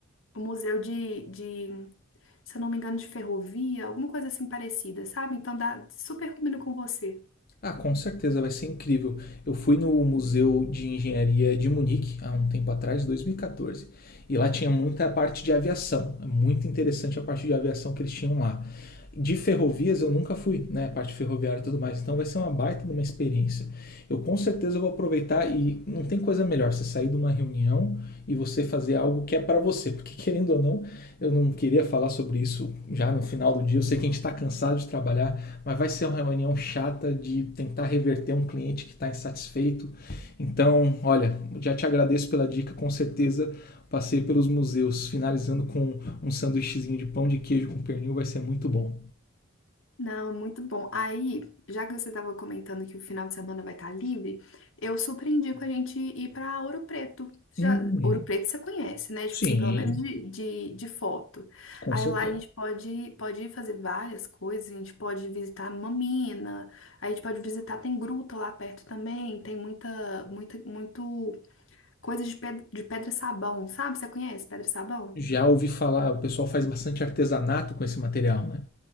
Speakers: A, on the left (about 80°); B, on the left (about 50°).
A: o museu de, de se eu não me engano, de ferrovia, alguma coisa assim parecida, sabe? Então dá super combina com você.
B: Ah, com certeza vai ser incrível. Eu fui no Museu de Engenharia de Munique há um tempo atrás, 2014, e quatorze, e lá tinha muita parte de aviação. É muito interessante a parte de aviação que eles tinham lá. De ferrovias eu nunca fui, né? A parte ferroviária e tudo mais. Então vai ser uma baita de uma experiência. Eu com certeza vou aproveitar e não tem coisa melhor você sair de uma reunião e você fazer algo que é para você, porque querendo ou não, eu não queria falar sobre isso já no final do dia. Eu sei que a gente está cansado de trabalhar, mas vai ser uma reunião chata de tentar reverter um cliente que está insatisfeito. Então, olha, já te agradeço pela dica, com certeza passei pelos museus, finalizando com um sanduíchezinho de pão de queijo com pernil, vai ser muito bom.
A: Não, muito bom. Aí, já que você estava comentando que o final de semana vai estar livre, eu surpreendi com a gente ir para Ouro Preto. Já,
B: Hum,
A: Ouro Preto você conhece, né?
B: sim,
A: Tipo assim, pelo menos de, de, de foto.
B: com
A: Aí
B: certeza.
A: lá a gente pode, pode ir fazer várias coisas, a gente pode visitar Mamina, a gente pode visitar, tem gruta lá perto também, tem muita, muita, muito coisa de pedra, de pedra sabão, sabe? Você conhece pedra sabão?
B: Já ouvi falar, o pessoal faz bastante artesanato com esse material, né?